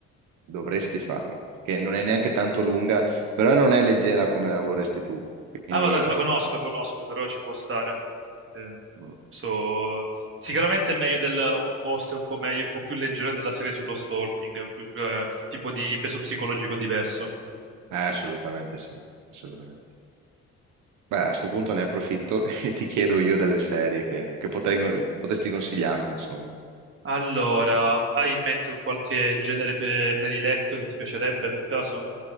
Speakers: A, on the right; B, on the right.
A: dovresti farlo, perché non è neanche tanto lunga, però non è leggera come la vorresti tu, quindi
B: Ah, ma la, la conosco, la conosco, però ci può stare. Eh,
A: mm,
B: so- sicuramente è meglio del, un- forse un po' meglio, un po' più leggera della serie sullo stalking, più- più, eh, tipo di peso psicologico diverso.
A: eh, assolutamente sì, assolutamente sì. Beh, a sto punto ne approfitto <laughs> e ti chiedo io delle serie che, che potrei- potresti consigliarmi, insomma.
B: Allora, hai in mente un qualche genere pe- prediletto che ti piacerebbe per caso?